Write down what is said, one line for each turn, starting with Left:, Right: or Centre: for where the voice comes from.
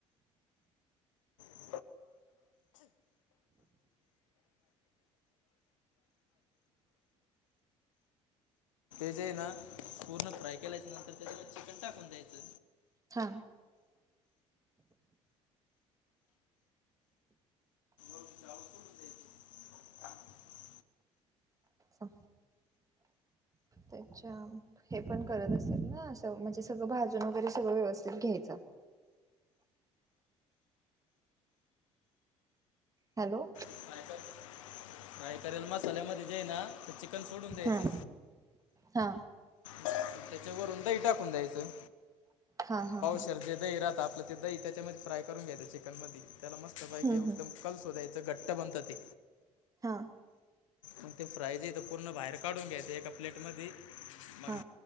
Left: <inaudible> <inaudible> ते जे आहे ना, पूर्ण फ्राय केल्याच्या नंतर तेच्यात चिकन टाकून द्यायचं.
Right: हा.
Left: <inaudible>
Right: हा त्याच्या हे पण करत असेल ना, असं म्हणजे सगळं भाजून वगैरे सगळं व्यवस्थित घ्यायचं. हॅलो.
Left: फ्राय कर फ्राय करेलं मसाल्यामध्ये जे हाय ना, ते चिकन सोडून द्यायचं.
Right: हा हा.
Left: त्याच्यावरून दही टाकून द्यायचं,
Right: हा हा
Left: पावशेर
Right: हा
Left: जे दही राहत आपलं. ते दही तेच्यामध्ये फ्राय करून घ्यायचं, चिकनमध्ये त्याला मस्त पैकी
Right: हम्म
Left: एकदम
Right: हम्म
Left: कलसो धायचं घट्ट बनतं ते.
Right: हा.
Left: मग ते फ्रायजे तर पूर्ण बाहेर काढून घ्यायचं, एका प्लेटमध्ये. मग
Right: हा